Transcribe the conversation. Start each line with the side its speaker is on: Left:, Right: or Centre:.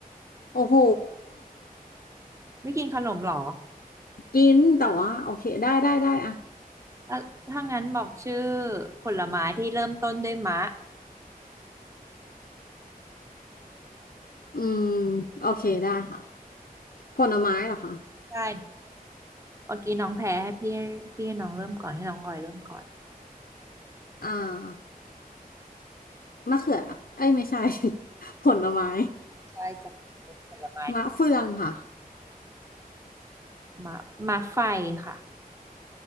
Left: โอ้โห
Right: ไม่กินขนมเหรอ
Left: กินแต่ว่าโอเคได้ได้ได้อะ
Right: เอ่อถ้างั้นบอกชื่อผลไม้ที่เริ่มต้นด้วยมะ
Left: อืมโอเคได้ค่ะผลไม้เหรอคะ
Right: ใช่เมื่อกี้น้องแพ้ให้พี่ให้พี่ให้น้องเริ่มก่อนให้น้องออยเริ่มก่อน
Left: อ่ามะเขือเอ้ยไม่ใช่ <laughs> ผลไม้
Right: ใช่จะเป็นผลไม้
Left: มะเฟืองค่ะ
Right: มะมะไฟค่ะ